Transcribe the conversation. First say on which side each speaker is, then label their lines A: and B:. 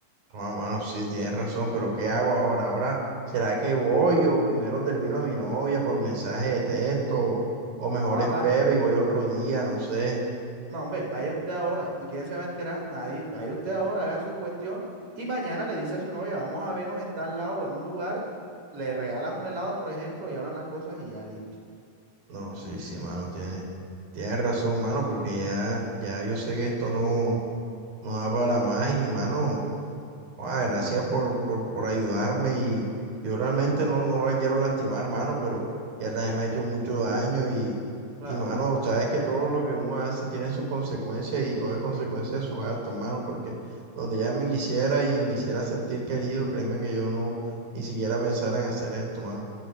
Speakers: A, on the right; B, on the right.
A: No, mano, sí, tienes razón, pero ¿qué hago ahora? Ahora, ¿será que voy o primero termino a mi novia por mensaje de texto? O mejor
B: Joder,
A: espero
B: mano.
A: y voy otro día, no sé.
B: No, hombre, vaya usted ahora. ¿Y quién se va a enterar? Nadie. Vaya usted ahora, haga su cuestión. Y mañana le dice a su novia, vamos a vernos en tal lado, en un lugar. Le regalas un helado, por ejemplo, y hablan las cosas y ya listo.
A: No, sí, sí, mano, tiene, tiene razón, mano, porque ya, ya yo sé que esto no, no da para más y, mano, ah, gracias por, por, por ayudarme y yo realmente no, no la quiero lastimar, mano, pero ya también me ha hecho mucho daño y,
B: Claro,
A: y, mano,
B: mano.
A: sabes que todo lo que uno hace tiene sus consecuencias y todo es consecuencia de sus actos, mano, porque donde ya me quisiera y me hiciera sentir querido, créeme que yo no ni siquiera pensara en hacer esto, mano.